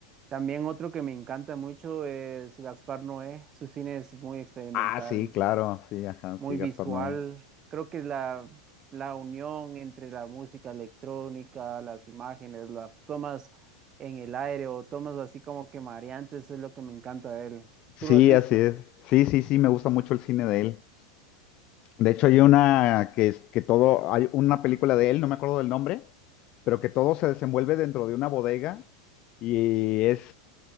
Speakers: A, on the right (about 35°); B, on the left (about 45°).
A: También otro que me encanta mucho es Gaspar Noé. Su cine es muy experimental,
B: Ah, sí, claro, sí, ajá,
A: muy
B: sí, Gaspar
A: visual.
B: Noé.
A: Creo que la, la unión entre la música electrónica, las imágenes, las tomas en el aire o tomas así como que mareantes es lo que me encanta de él.
B: Sí,
A: ¿Tú lo has visto?
B: así es. Sí, sí, sí, me gusta mucho el cine de él. De hecho, hay una que es que todo, hay una película de él, no me acuerdo del nombre, pero que todo se desenvuelve dentro de una bodega y es